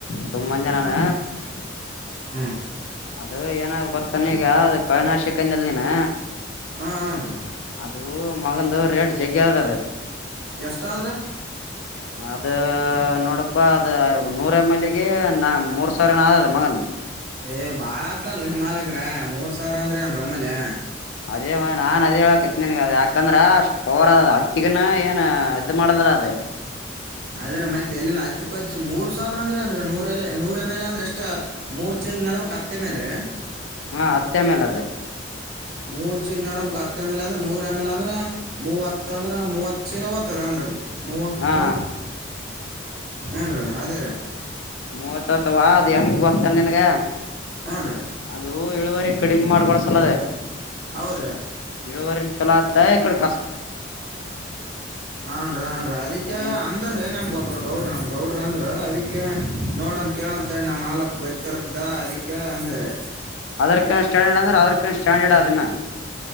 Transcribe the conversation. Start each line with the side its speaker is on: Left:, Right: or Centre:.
Left: ಸುಮ ಅಂದ ನಾನ
Right: ಹ್ಮ್,
Left: ಅದು ಏನಾದ ಗೊತ್ತಾನ ಈಗ ಅದು ಕಳನಾ ಶಿಕಂದಲ್ ನೀನು
Right: ಹ ಹನ್ರಿೀ <unintelligible>
Left: ಅದು ಮಗಂದು ರೇಟ್ ಜಗ್ಗೆ ಅದದ ಅದ
Right: ಎಷ್ಟಾದ್ರಿ
Left: ಅದ ನೋಡಪ್ಪಾ ಅದ ನೂರ ಎಮ್ಮೆಲ್ಲಿಗೆ ನಾ ಮೂರ್ ಸಾವಿರನ ಆದದ ಮಗನ್
Right: ಏಯ್ ಬಾಳ ಅತದ್ದಲ್ರಿ ಮಾಲಕ್ರ ಮೂರ್ ಸಾವಿರ ಅಂದ್ರಿ ಅಏನ್ಮ್ಮೋಲೆ.
Left: ಅದೇ ಮಗ ನಾನ್ ಅದೆಹೇಳಕತ್ ನಿನ್ಗಅ ಯಾಕಂದ್ರ ಅಷ್ಟ್ ಪವರ್ ಅದಾ. ಹತ್ತಿಗನ ಏನ್ ಇದ್ ಮಾಡದಿಲ ಅದ ಹ <inaudible>
Right: ಆದ್ರೆ ಮತ್ತೆ ಎಲ್ಲಿ ಹತ್ತುಪ್ಪತ್ ಮೂರ್ ಸಾವಿರ ಅಂದ್ರೆ ಅಂದ್ರ ನೂರ ನೂರ್ ಎಮ್ ಎಲ್ ಅಂದ್ರೆಷ್ಟ ಮೂರ್ ಚಲ್ ನಡವ್ರ ಕತ್ತೆ ಮೇಲ್ <unintelligible>
Left: ಹಾ, ಹತ್ತೆ ಎಮ್, ಎಲ್ ಅದೆ-
Right: ಮೂರ್ ಚೀಲ ನಡಬೇಕು ಹತ್ ಎಮ್, ಎಲ್ ಅಂದ್ರೆ, ನೂರ್ ಎಮ್, ಎಲ್ ಅಂದ್ರ ಮೂವತ್ತ ಅಂದ್ರೆ ಮೂವ ಚೀಲ ಅನ್ರ ಮೂವತ್ತು
Left: ಹಾ
Right: ಏನ್ರೀ ಅದೇ ರ <unintelligible>
Left: ಮೂವತ್ತ್ವಾ ಅದ್ ಹೆಂಗ ಗೊತ್ತಾನ ನಿನ್ಗ
Right: ಹ್ಞೂ ರೀ
Left: ಅದು ಇಳುವರಿ ಕಡಿಮೆ ಮಾಡ್ಕೊಳಸಲದ.
Right: ಹೌದ್ರಿ
Left: ಇಳುವರಿನುಚೋಲ ಆತ ಇ ಕ <unintelligible>
Right: ಹಾನ್ರಿ, ಹಾನ್ರಿ ಅದಕ್ಕೆ
Left: ನೀನ್
Right: ಅಂದ್ರೀ ನಮ್ಗೊಬ್ಬ ಒಬ್ರು ಗೌಡ್ರ, ನಮ ಗೌಡ್ರ ಅಂದ್ರ ಅದಕ್ಕೆ ನೋಡಮ ಕೇಳಿ ನಮ್ ಮಾಲಕ್ ಗೊತ್ತಿರ್ತದ ಅದಿಕ ಅಂದಾರಿ.
Left: ಅದ್ರಿಕಿನ ಸ್ಟ್ಯಾಂಡರ್ಡ್ ಅಂದ್ರೆ ಅದ್ರಕಿನ ಸ್ಟ್ಯಾಂಡರ್ಡ್ ಅದನ್ನ <inaudible>